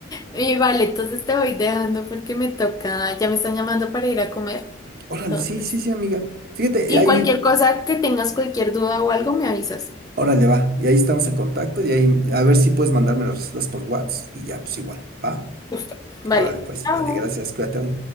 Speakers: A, on the left (about 20°); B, on the right (about 50°).
A: Y vale, entonces te voy dejando porque me toca, ya me están llamando para ir a comer.
B: Órale,
A: Entonces,
B: sí, sí, sí, amiga. Fíjate,
A: y
B: y ahí,
A: cualquier cosa que tengas, cualquier duda o algo, me avisas.
B: órale, va. Y ahí estamos en contacto y ahí, a ver si puedes mandarme las recetas por WhatsApp y ya, pues igual, ¿va?
A: Justo. Vale.
B: Órale, pues,
A: Chao.
B: dale, gracias, cuídate hoy.